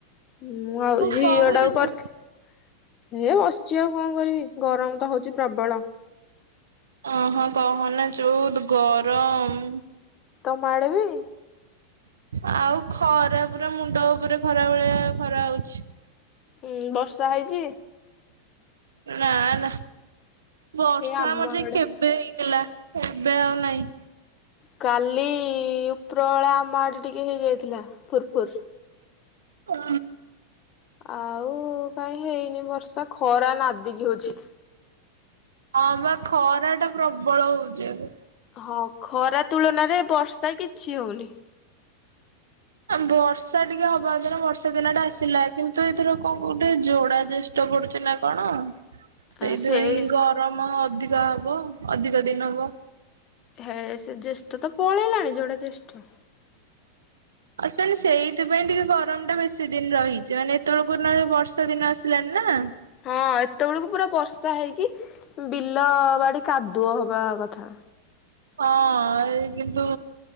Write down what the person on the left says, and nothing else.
ମୁଁ ଆଉ ଝିଅ
ଟାକୁ କରିଥି ହେ ବସିଛି ଆଉ କଣ କରିବି ଗରମ୍ ତ ହୋଉଛି ପ୍ରବଳ।
ତମା ଆଡ଼େ ବିି?
ହୁଁ ବର୍ଷା ହେଇଛି?
ଏ
ଆଡେ
କାଲି ଉପରଏଳା ଆମ ଆଡେ ଟିକେ ହେଇଯାଇଥିଲା ଫୁର୍ ଫୁର୍।
ଆଉ କାଇଁ ହେଇନି ବର୍ଷା ଖରା ନାଦିକି ହୋଉଚି।
ହଁ ଖରା ତୁଳନାରେ ବର୍ଷା କିଛି ହୋଉନି।
ଆ ସେଇ
ହେ ସେ ଜ୍ୟେଷ୍ଠ ତ ପଳେଇଲାଣି ଯୋଡା ଜ୍ୟେଷ୍ଠ।
ହଁ ଏତ ବେଳକୁ ପୁରା ବର୍ଷା ହେଇକି ବିଲ ବାଡି କାଦୁଅ ହବା କଥା।